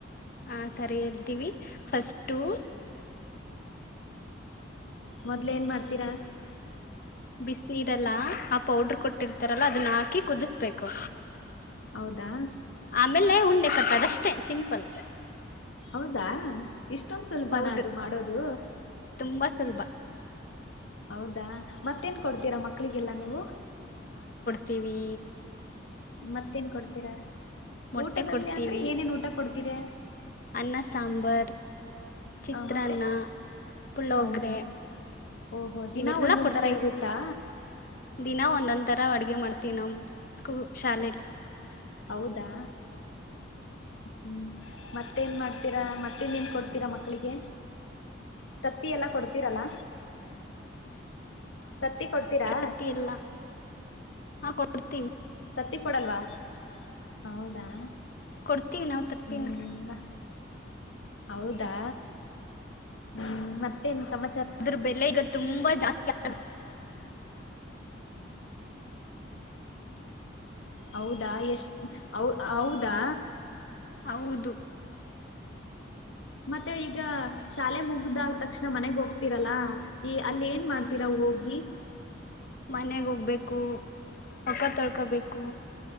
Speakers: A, on the left; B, on the left.
A: ಹಾ ಸರಿ ಹೇಳ್ತೀವಿ ಫಸ್ಟು
B: ಮೊದ್ಲ್ ಏನ್ ಮಾಡ್ತೀರಾ?
A: ಬಿಸಿನೀರೆಲ್ಲ ಆ ಪೌಡರ್ ಕೊಟ್ಟಿರ್ತಾರಲ್ಲ ಅದನ್ನ ಹಾಕಿ ಕುದಿಸಬೇಕು.
B: ಹೌದಾ
A: ಆಮೇಲೆ ಉಂಡೆ ಕಟ್ ಅದಷ್ಟೇ ಸಿಂಪಲ್.
B: ಹೌದಾ ಇಷ್ಟೊಂದ ಸುಲಭನ
A: ಹೌದು
B: ಅದು ಮಾಡೋದು.
A: ತುಂಬಾ ಸುಲಭ
B: ಹೌದಾ ಮತ್ತೇನ್ ಕೊಡ್ತೀರಾ ಮಕ್ಕಳಿಗೆಲ್ಲ ನೀವು?
A: ತಿವಿ.
B: ಮತ್ತೇನ್ ಕೊಡ್ತೀರಾ
A: ಮೊಟ್ಟೆ
B: ಊಟದಲ್ಲಿ
A: ಕೊಡ್ತೀವಿ
B: ಅಂದ್ರೆ ಏನೇನ್ ಊಟ ಕೊಡ್ತೀರೆ?
A: ಅನ್ನ ಸಾಂಬಾರ್, ಚಿತ್ರಾನ್ನ,
B: ಮತ್ತೆ
A: ಪುಳ್ಳೋಗ್ರೆ
B: ಹೌದಾ ಓಹೋ ದಿನ
A: ಇವೆಲ್ಲಾ
B: ಒಂದೊಂದು
A: ಕೊಡ್ತೀವಿ
B: ಥರ ಇರುತ್ತಾ
A: ದಿನ ಒಂದೊಂದ್ ತರ್ ಅಡ್ಗೆ ಮಾಡ್ತೀವಿ ನಮ್ಮ ಸ್ಕೂ ಶಾಲೆಲಿ.
B: ಹೌದಾ ಹ್ಮ್ ಮತ್ತೇನ್ ಮಾಡ್ತೀರಾ ಮತ್ತೇನ್ ಇನ್ನೇನ್ ಕೊಡ್ತೀರಾ ಮಕ್ಕಳಿಗೆ ತತ್ತಿ ಎಲ್ಲಾ ಕೊಡ್ತೀರಲ್ಲ? ತತ್ತಿ ಕೊಡ್ತೀರಾ
A: ಪ್ರತಿ ಎಲ್ಲ ಹಾ ಕೊಡ್ತೀವಿ.
B: ತತ್ತಿ ಕೊಡಲ್ವಾ ಹೌದಾ
A: ಕೊಡ್ತೀವಿ ನಾವು ತತ್ತಿನ
B: ಹ್ಞೂ ಹೌದಾ ಹ್ಮ ಮತ್ತೇನ್ ಸಮ
A: ಅದ್ರ ಬೆಲೆ ಈಗ ತುಂಬಾ ಜಾಸ್ತಿ ಆಗ್ <inaudible>
B: ಹೌದಾ ಎಷ್ಟ ಹೌ ಹೌದ್ ತ್ತಾ
A: ಹೌದು
B: ಮತ್ತೆ ಈಗ ಶಾಲೆ ಮುಗ್ದ ತಕ್ಷಣ ಮನೆಗ್ ಹೋಗ್ತರಲ್ಲ ಈ ಅಲ್ಲಿ ಏನ್ ಮಾಡ್ತೀರ ಹೋಗಿ
A: ಮನೆಗ್ ಹೋಗ್ಬೇಕು ಮೋಕಾ ತೊಳ್ಕೊಬೇಕು